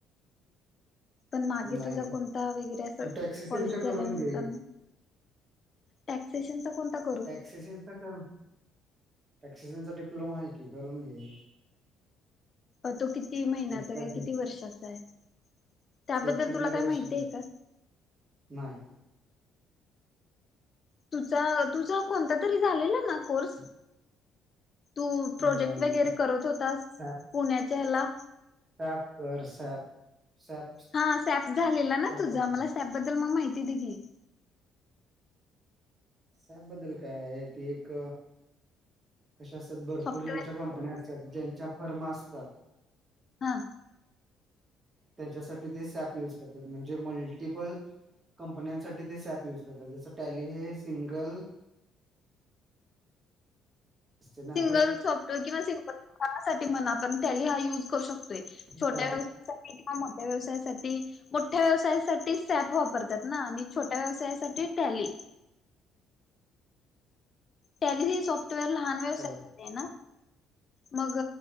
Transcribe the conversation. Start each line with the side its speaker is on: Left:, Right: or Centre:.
Left: पण मागे
Right: नाही
Left: तुझा
Right: नाही
Left: कोणता वगैरे असं
Right: तू टॅक्सी त्यां
Left: कॉलेज
Right: त्यांच्या
Left: झाल्यानंतर
Right: करून घे.
Left: मग टॅक्सेशनचा कोणता करू?
Right: टॅक्सीसनचा करून टॅक्सिजनचा डिप्लोमा आहे की करून घे.
Left: अ तो किती महिन्याचा
Right: एक का
Left: काय
Right: दीड
Left: किती वर्षाचा आहे त्याबद्दल
Right: एक ते
Left: तुला
Right: दीड
Left: काय
Right: वर्षाचा
Left: माहितीये का?
Right: नाही.
Left: तुझा तुझा कोणता तरी झालेला ना कोर्स. तू प्रोजेक्ट
Right: नाही नाही
Left: वगैरे
Right: तर
Left: करत होतास
Right: सॅप
Left: पुण्याच्या ह्याला.
Right: <unintelligible> कर सॅप सॅप
Left: हा सॅप झालेला ना
Right: सॅप
Left: तुझा, मला सॅप बद्दल मंग माहिती दे की.
Right: सॅप बद्दल काय ते एक कशा असतात भरपूर
Left: सॉफ्टवेअर
Right: ज्यांच्या कंपन्या असतात, ज्यांच्या फर्मा असतात.
Left: हा
Right: त्याच्यासाठी ते सॅप युज करतात. म्हणजे मल्टिपल कंपन्यांसाठी ते सॅप युज करतात. जसं टॅली हे सिंगल असते ना
Left: सिंगल सॉफ्टवेअर किंवा <unintelligible> म्हणा आपण टॅली हा युज करू शतोय
Right: हम्म
Left: छोट्या व <unintelligible> मोठ्या व्यवसायासाठी. मोठ्या व्यवसायासाठी सॅप वापरतात ना, आणि छोट्या व्यवसायासाठी टॅली. टॅली ही सॉफ्टवेअर लहान व्यवसाय
Right: होय
Left: हेना मग